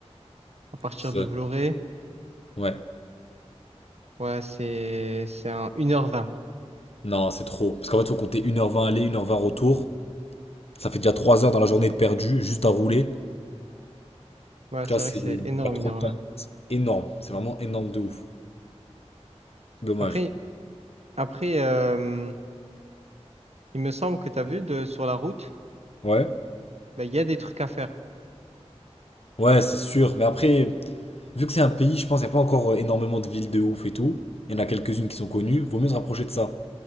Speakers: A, on the right; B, on the left.
A: À partir
B: Parce que-
A: de Vloré.
B: Ouais.
A: Ouais, c'est c'est un une heure vingt
B: Non, c'est trop. Parce qu'en fait, faut compter une heure vingt aller, une heure vingt retour. Ça fait déjà 3 heures dans la journée de perdu, juste à rouler.
A: Ouais, c'est
B: Tu vois, c'est
A: vrai que c'est énorme
B: pas trop
A: une heure
B: de temps.
A: vingt
B: Énorme. C'est vraiment énorme de ouf. Dommage.
A: Après, après euh, il me semble que tu as vu de, sur la route,
B: Ouais.
A: bah, il y a des trucs à faire.
B: Ouais, c'est sûr. Mais après, Vu que c'est un pays, je pense qu'il n'y a pas encore euh, énormément de villes de ouf et tout. Il y en a quelques-unes qui sont connues. Vaut mieux se rapprocher de ça.